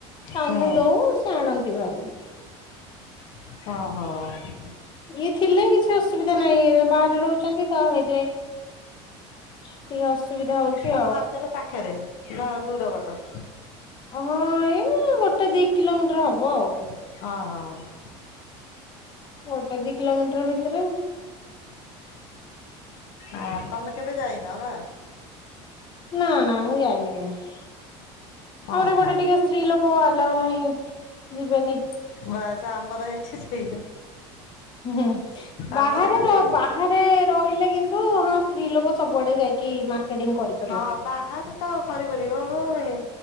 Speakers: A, on the left (about 35°); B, on the left (about 70°).
A: ତାଙ୍କୁ
B: ହୁଁ
A: ଦଉ ସେ ଆଣନ୍ତି ଭାରି।
B: ଓହୋ।
A: ଇଏ ଥିଲେ କିଛି ଅସୁବିଧା ନାହିଁ, ଏ ବାହାରେ ରହୁଛନ୍ତି ତ ହେଇଥିପାଇଁ ଟିକେ ଅସୁବିଧା ହଉଛି
B: ତମ
A: ଆଉ।
B: ମାର୍କେଟେ ପାଖେରେ ନା ଦୂର ବାଟ?
A: ହଁ ଏଇ ଗୋଟେ ଦି କିଲୋମିଟର୍ ହବ ଆଉ।
B: ଅହ।
A: ଗୋଟେ ଦି କିଲୋମିଟର୍ ଭିତେରେ ଆଉ।
B: ଆ ତମେ କେବେ ଯାଇନ ନା?
A: ନା-ନା ମୁଁ ଯାଇନି କେବେ, ଆମର
B: ଓହୋ
A: ଏପଟେ ଟିକେ ସ୍ତ୍ରୀ ଲୋକ ଆଲାଉ ନାହିଁ ଯିବେନି।
B: ବାସ୍ ଆମର ଏଠି ସେଇଆ।
A: ଉହୁଁ
B: ଆମର
A: ବାହାରେ
B: ବି ସେଇଆ।
A: ର ବାହା ରେ ରହିଲେ କିନ୍ତୁ ହଁ ସ୍ତ୍ରୀ ଲୋକ ସବୁଆଡେ ଯାଇକି ମାର୍କେଟିଂ କରିବେ।
B: ହଁ ବାହାରେ ତ କରିପାରିବେ <unintelligible>